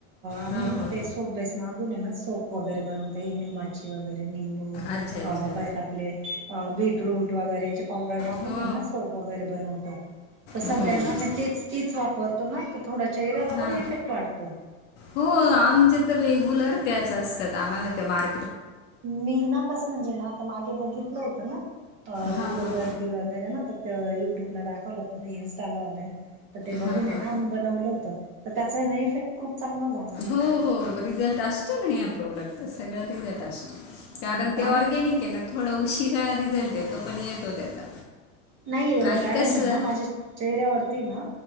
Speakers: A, on the right; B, on the left.
A: आम्ही
B: हां
A: ना
B: हां
A: ते सोे मागून ये ना सोप वगैरे बनवते ये निंबाची वगैरे निंबू.
B: अच्छा अच्छा
A: अ परत आपले बीटरूट वगैरे याचे पावडर टाकून
B: हो
A: यांना सोपव. बनवतो,
B: हम्म.
A: सध्या तीचं तीचं वापर तो. चेहऱ्याला
B: हां
A: पण इफेक्ट वाढतो.
B: हो आमचे तर रेग्युलर त्याच असतात आम्हाला मार्.
A: मी ना कसं म्हणजे ना आता मागे बघितलं होतं ना
B: हां
A: गुगलवरर.
B: हां
A: वगैरे ना युट्यूब ला दाखवलं होत इस्टाला वगैरे तर ते
B: हां
A: बघून
B: हां
A: ना. बनवलं होत तर त्याचा ना इफेक्ट. खूप चांगलं झा.
B: हो हो रिझल्ट असते ना या प्रोडक्ट. तर सगळं रिझट असतो कारण
A: तर
B: ते
A: आम्ही
B: ऑर्गॅनिक आहे ना थोडा उशिरा रिझल्ट येतो पण येतो त्याचा.
A: नाही
B: आणि
A: कारण
B: कसं
A: आहे ना माझ्या चेहऱ्यावरती ना